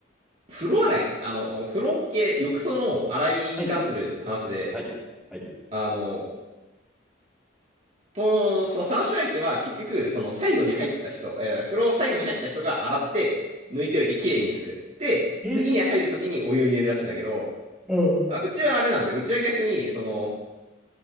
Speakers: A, on the right; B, in the centre.
A: 風呂洗い、あの、風呂系、浴槽の洗いに関する話で、
B: はい、はい、はい。
A: あの、と、その話し相手は結局、その最後に入った人、えー風呂を最後に入った人が洗って、抜いておいてきれいにする。で、
B: えー、
A: 次に入るときにお湯を入れるらしいんだけど、
B: うん、
A: あ、うちはあれなんだよ。うちは逆に、その、